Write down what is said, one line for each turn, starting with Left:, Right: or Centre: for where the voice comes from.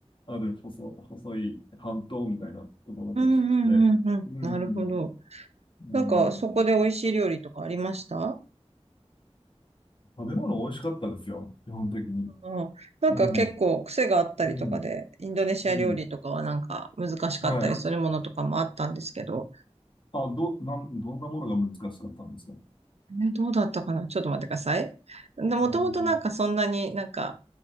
Left: ある細、細い半島みたいなところでして、
Right: うんうんうんうん。
Left: うん、
Right: なるほど。
Left: うん、
Right: なんか、そこで美味しい料理とかありました
Left: 食べ物美味しかったですよ、基本的に。
Right: うん、なんか結構癖があったりとかで、
Left: うん、うん、
Right: インドネシア料理とかはなんか難しかったりするものとかもあったんですけど、
Left: うん、はい。あ、ど、なん、どんなものが難しかったんですか
Right: え、どうだったかなちょっと待ってください。でもともとなんかそんなになんか、
Left: うん、